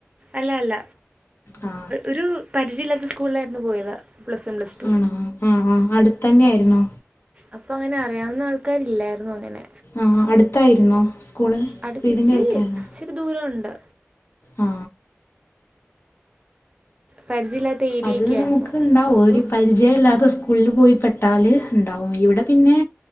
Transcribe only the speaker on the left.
ആ
ആണോ ആഹ് ആഹ് അടുത്തന്നെ ആരുന്നോ
ആഹ് അടുത്തായിരുന്നോ സ്കൂള്
വീടിൻ്റെ അടുത്തായിരുന്നോ
ആ
അത് നമുക്ക്ണ്ടാവും
ഓര് പരിചയല്ലാത്ത സ്കൂള്ല് പോയിപ്പെട്ടാല് ഉണ്ടാവും ഇവിടെ പിന്നെ